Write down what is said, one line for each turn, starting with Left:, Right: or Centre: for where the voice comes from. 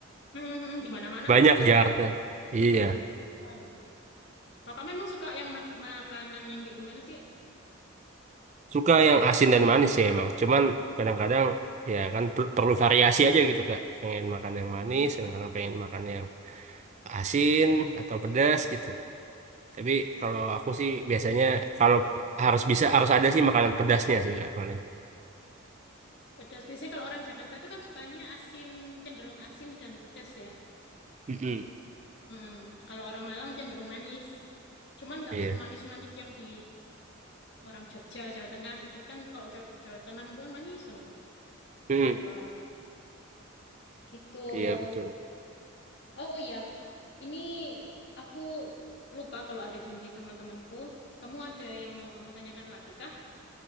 Left: Mhm, mhm, di mana-mana
Right: Banyak
Left: kan pasti
Right: Jakarta.
Left: ada itu.
Right: Iya.
Left: Mhm, Makanya. Kakak memang suka yang mak- makanan yang kayak gimana sih?
Right: Suka yang asin dan manis sih emang. Cuman kadang-kadang ya kan per- perlu variasi aja gitu Kak. Pengen makan yang
Left: Mhm.
Right: manis, kadang-kadang pengen makan yang asin atau pedas gitu. Tapi kalau aku sih biasanya kalau harus bisa harus ada sih makanan pedasnya sih Kak paling.
Left: Pedas. Biasanya kalau orang Jakarta itu kan sukanya asin, cenderung asin dan pedas ya.
Right: Mm-mm.
Left: Mhm. Kalau orang Malang cenderung manis. Cuman nggak
Right: Iya.
Left: semanis-manis yang di orang Jogja, Jawa Tengah gitu kan. Kalau Jawa, Jawa Tengah itu kan manis banget. Itu
Right: Mm,
Left: nggak gitu. Oh,
Right: iya betul.
Left: oh iya, ini aku lupa kalau ada janji sama temanku. Kamu ada yang mau kamu tanyakan lagi kah?